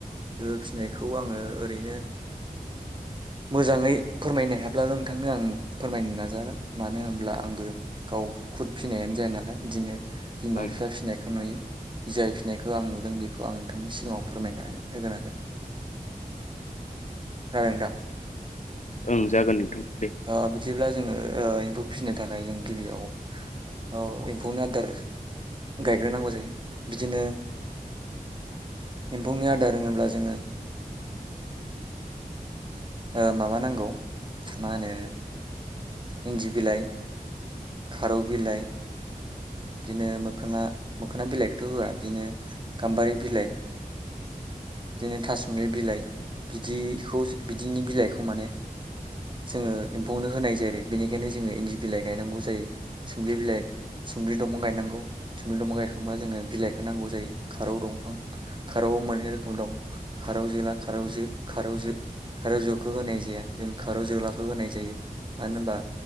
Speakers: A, on the right (about 30°); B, on the left (about 55°).
A: बे फिसिनायखौ आङो ओरैनो मोजाङै फोरमायनो हायाब्लाबो नोंथांनो आं फोरमायनो नाजागोन मानो होनब्ला आं आंबो गाव खुद फिनायानो जाया नालाय बिदिनो बिमा
B: ओं
A: बिफा फिनायखौ नुयो जाय फिनायखौ आं नुदों बेखौ आं नोंथांनि सिगाङाव फोरमायनानै होगोन आरो जागोन नोंथां
B: ओं जागोन नोंथां दे
A: ओ बिदिब्ला जोङो ओ एमफौ फिनो थाखाय जों गिबियाव ओ एमफौनि आदार गायग्रोनांगौ जायो बिदिनो एमफौनि आदार होनोब्ला जोङो ओ माबा नांगौ मा होनो इनदि बिलाइ खारौ बिलाइ बिदिनो मोखोना मोखोना बिलाइखौथ' होआ बिदिनो गामबारि बिलाइ बिदिनो थासुमलि बिलाइ बिदिखौ बिदिनि बिलाइखौ माने जोङो एमफौनो होनाय जायो आरो बेनिखायनो जोङो इनदि बिलाइ गायनांगौ जायो सुमब्लि बिलाइ सुमब्लि दंफां गायनांगौ सुमबलि दंफां गायखांबा जोङो बिलाइखौ नांगौ जायो खारौ दंफां खारौआव मोनै रोखोम दं खारौ जोला खारौ जो खारौ जो खारौ जोखौ होनाय जाया जों खारौ जोलाखौ होनाय जायो मानो होनबा